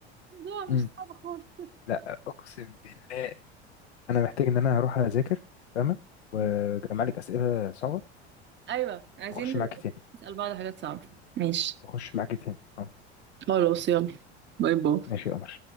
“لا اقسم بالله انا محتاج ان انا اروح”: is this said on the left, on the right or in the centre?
Left